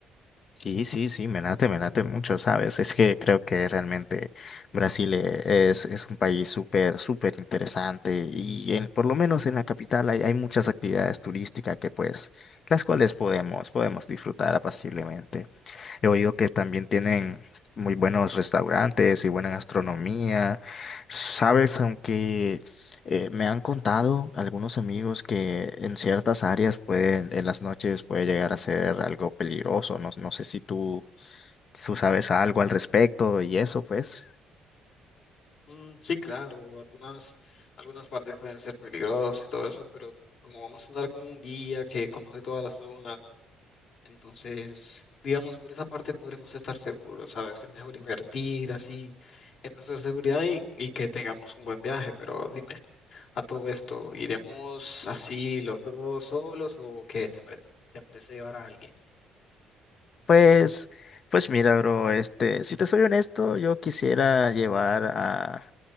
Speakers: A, on the left (about 50°); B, on the left (about 65°).
A: Sí, sí, sí, me late, me late mucho, ¿sabes? Es que creo que realmente Brasil eh, es, es un país súper, súper interesante y en, por lo menos en la capital hay, hay muchas actividades turísticas que pues, las cuales podemos, podemos disfrutar apaciblemente. He oído que también tienen muy buenos restaurantes y buena gastronomía. Sabes, aunque eh, me han contado algunos amigos que en ciertas áreas pueden, en las noches puede llegar a ser algo peligroso. No, no sé si tú, tú sabes algo al respecto y eso, pues.
B: Mm, sí, claro, algunas, algunas partes pueden ser peligrosas y todo eso, pero como vamos a andar con un guía que conoce todas las zonas, entonces, digamos, por esa parte podremos estar seguros, ¿sabes? Es mejor invertir así en nuestra seguridad y, y que tengamos un buen viaje, pero dime, a todo esto, ¿iremos así los dos solos o qué te parece, te apetece llevar a alguien?
A: Pues, pues mira, bro, este, si te soy honesto, yo quisiera llevar a